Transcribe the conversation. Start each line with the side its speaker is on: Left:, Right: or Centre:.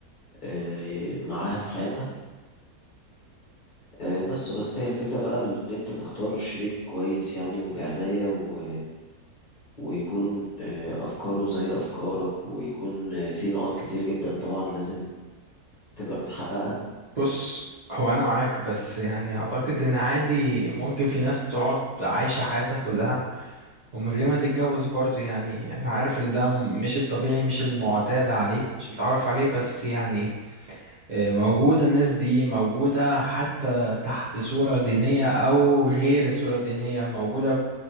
Left: آه، معاها في حياتها آه، بس بس هي الفكرة بقى ان انت تختار شريك كويس يعني وبعناية و... ويكون آه، افكاره زي افكارك ويكون آه، في نقاط كتير جدا طبعا لازم تبقى متحققة
Right: بص هو انا معاك بس يعني اعتقد ان عادي ممكن في ناس تقعد عايشة حياتها كلها ومن غير ما تتجوز برضو يعني انا عارف ان ده م- مش الطبيعي مش المعتاد عليه مش متعرف عليه بس يعني آه، موجودة الناس دي موجودة حتى تحت صورة دينية او غير الصورة الدينية موجودة في